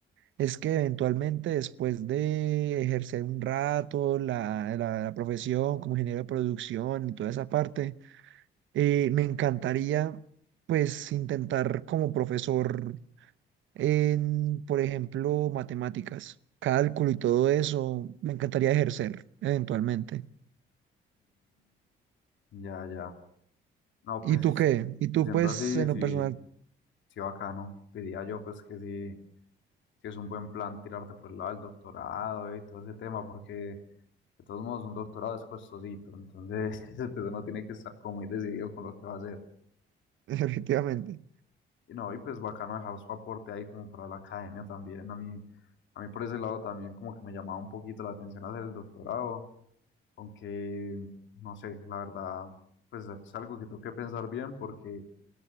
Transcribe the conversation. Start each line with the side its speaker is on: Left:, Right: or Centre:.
Right: es que eventualmente después de ejercer un rato la, la- la profesión como ingeniero de producción y toda esa parte, eh, me encantaría, pues, intentar como profesor en, por ejemplo, matemáticas, cálculo y todo eso, me encantaría ejercer eventualmente.
Left: ya, ya. No,
Right: ¿Y
Left: pues
Right: tú qué? ¿Y tú
Left: siendo
Right: pues
Left: así,
Right: en
Left: sí,
Right: lo personal?
Left: sí bacano. Diría yo pues que sí, sí es un buen plan tirarte por el lado del doctorado y todo ese tema, porque de todos modos un doctorado es costosito, entonces <laughs> pues uno tiene que estar como muy decidido con lo que va a hacer.
Right: Efectivamente.
Left: Y no, y pues bacano dejar su aporte ahí como para la academia también. A mí, a mí por ese lado también como que me llamaba un poquito la atención hacer el doctorado, aunque no sé, la verdad, pues es algo que tengo que pensar bien porque